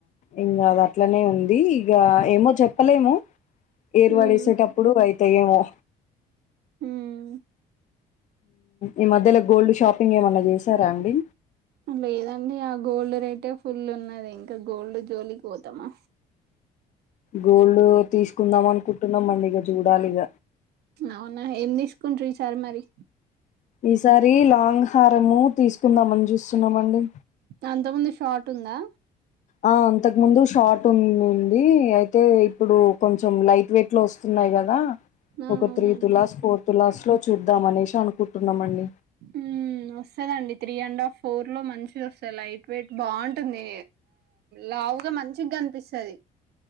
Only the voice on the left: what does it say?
ఇంక అది అట్లనే ఉంది ఇక ఏమో చెప్పలేము ఏర్
పడేసేటప్పుడు అయిత ఏమో
ఈ మధ్యలో గోల్డ్ షాపింగ్ ఏమన్నా చేసారా అండి
గోల్డ్ తీసుకుందాం అనుకుంటున్నామండి ఇక చూడాలిక
ఈసారి లాంగ్ హారము తీసుకుందామని చూస్తున్నామండి
ఆ అంతకు ముందు షార్ట్ ఉందండి అయితే ఇప్పుడు కొంచెం లైట్ వెయిట్ లో వస్తున్నాయి కదా
ఒక
త్రీ తులాస్ ఫోర్ తులాస్ లో చూద్దాం అనేసి అనుకుంటున్నామండి